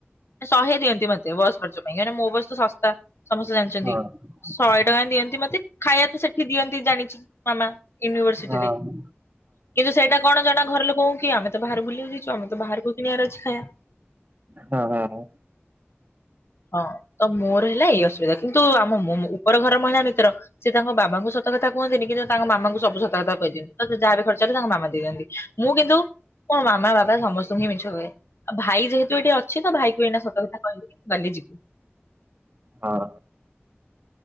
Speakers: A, on the left; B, on the right.
A: ଶହେ ଦିଅନ୍ତି ମତେ ବସ୍ ଖର୍ଚ୍ଚ ପାଇଁ ହେଲେଁ ମୋ ବସ୍ ତ ଶସ୍ତା ସମସ୍ତେ ଜାଣିଛନ୍ତି।
B: ହଁ ହଁ।
A: ଶହେ ଟଙ୍କା ଦିଅନ୍ତି ମତେ ଖାଇବା ତ ସେଠି ଦିଅନ୍ତି ଜାଣିଛି। ମାମା ୟୁନିଭରସିଟିରେ
B: ହଁ
A: କିନ୍ତୁ ସେଇଟା କଣ ଜଣା ଘର ଲୋକଙ୍କୁ କିଏ ଆମେ ତ ବାହାର ବୁଲିବାକୁ ଯାଇଛୁ ଆମେ ତ ବାହାରକୁ କିଣିବାର ଅଛି ଖାଆ।
B: ହଁ ହଁ ହଁ
A: ହଁ ତ ମୋର ହେଲା ଏଇ ଅସୁବିଧା କିନ୍ତୁ ଆମ ମୋ ମୋ ଉପର ଘର ମହିଳା ନି ତର ସେ ତାଙ୍କ ବାବାଙ୍କୁ ସତ କଥା କୁହନ୍ତିନି କିନ୍ତୁ ତାଙ୍କ ମାମାଙ୍କୁ ସବୁ ସତକଥା କହିଦିଅନ୍ତି ତ ଯାହା ବି ଖର୍ଚ୍ଚ ହେଲା ତାଙ୍କ ମାମା ଦିଅନ୍ତି। ମୁଁ କିନ୍ତୁ ମୋ ମାମା ବାବା ସମସ୍ତଙ୍କୁ ହିଁ ମିଛ କୁହେ ଆ ଭାଇ ଯେହେତୁ ଏଇଠି ଅଛି ତ ଭାଇ କୁ ଏଇନେ ସତ କଥା କହିଲି। କାଲି ଯିବ
B: ହଁ।